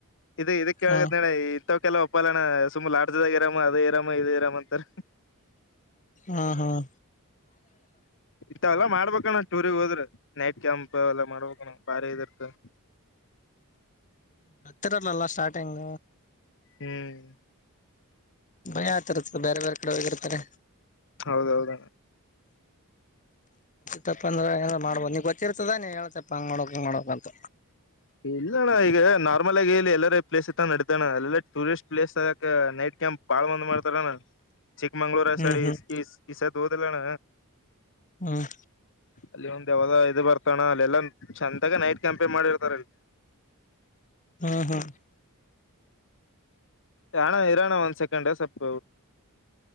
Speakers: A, on the left; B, on the left.
A: ಇದ ಕೇಳಗದನಣ
B: ಹ್ಮ್
A: ಇಂಥ ಕೆಲವ ಬಾಲಣ ಸುಂಬ ಲಾಡ್ಜದಾಗ ಇರಾಮ ಅದೇ ಇರಾಮ ಇದೇ ಇರಾಮ ಅಂತಾರ
B: ಹ್ಮ್ ಹ್ಮ್
A: ಎಂತಾವೆಲ್ಲ ಮಾಡ್ಬೇಕಣ್ಣ ಟೂರಿಗೆಗ್ ಹೋದ್ರ ನೈಟ್ ಕೆಂಪು ಎಲ್ಲ ಮಾಡ್ಬೇಕಣ್ಣ ಬಾರಿ ಇರುತ್ತೆ
B: ಹತ್ತಿರಲ್ಲಲ್ಲ ಸ್ಟಾರ್ಟಿಂಗ್
A: ಹ್ಮ್
B: ಮಯ ಆತ ಇತ್ತ ಬೇರೆ ಬೇರೆ ಕಡೆ ಹೋಗಿರ್ತಾರೆ
A: ಹೌದೌದ
B: ತಪ್ಪಂದ್ರ ಮಾಡ್ಬೋದು ನೀಗೊತ್ತಿರ್ತದಾನ ಹೇಳ್ತಪ್ಪ ಹಂಗ ಮಾಡಕ ಹಂಗ ಮಾಡಕ್ಂತ
A: ಇಲ್ಲ ಅಣ್ಣ ಈಗ ನಾರ್ಮಲ್ ಆಗಿ ಇಲ್ಲಿ ಎಲ್ಲಾರ ಪ್ಲೇಸ್ ಇತ್ತ ನಡತಣ್ಣ ಎಲ್ಲ ಟೂರಿಸ್ಟ್ ಪ್ಲೇಸ್ ತದಕ ನೈಟ್ ಕ್ಯಾಂಪ್ ಬಾಳ್ ಒಂದ್ ಮಾಡ್ತಾರ ಚಿಕ್ಕಮಂಗ್ಳೂರ್
B: ಹ್ಮ್
A: ಸೈ
B: ಹ್ಮ್
A: ಈ ಸ ನೋದಿಲ್ಲಣ್ಣ
B: ಹ್ಮ್
A: ಅಲ್ಲಿ ಒಂದ ಯಾವದ ಇದು ಬರ್ತಾನ ಇಲ್ಲ ಚಂದಾಗ ನೈಟ್ ಕ್ಯಾಂಪಿಂಗ್ ಮಾಡಿರ್ತಾರೆಲ್ಲಿ
B: ಹ್ಮ್ ಹ್ಮ್
A: ಹಣ ಇರೋಣ ಒಂದ್ ಸೆಕೆಂಡ್ ಸ್ವಲ್ಪ